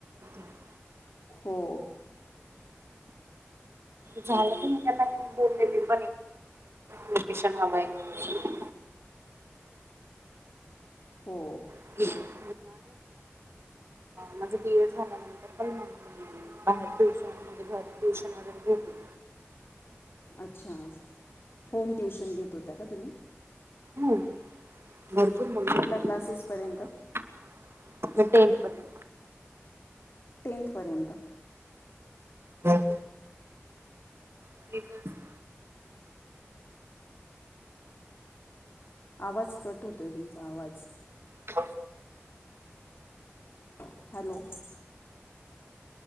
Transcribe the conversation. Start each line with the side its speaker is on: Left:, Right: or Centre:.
Right: <unintelligible>
Left: हो.
Right: झाला की मी तेला बोललेली <unintelligible> लोकेशन हवं हाय वगरे
Left: हो.
Right: <unintelligible> माझ बी एड झाल्यानंतर पण बाहेर ट्युशन म्हणजे घरी ट्युशन वगरे घेते.
Left: अच्छा होम ट्युशन घेत होत्या का तुम्ही?
Right: हो भरपूर मुले
Left: कुठल्या
Right: आहेत माझ्याकडे
Left: क्लासेसपर्यंत
Right: <unintelligible>
Left: टेंथ पर्यंत
Right: हम <unintelligible>
Left: आवाज कट होतोय तुमचा आवाज
Right: ह
Left: <inaudible> हॅलो